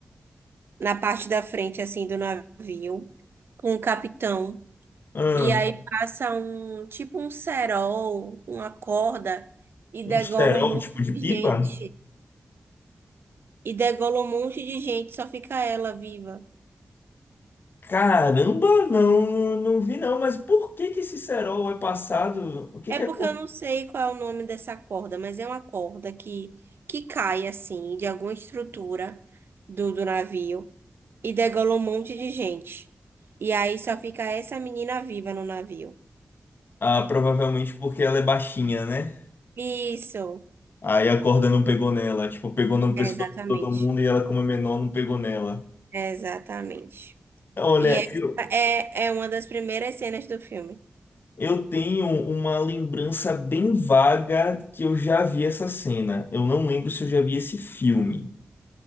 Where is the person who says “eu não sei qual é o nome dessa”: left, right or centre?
Right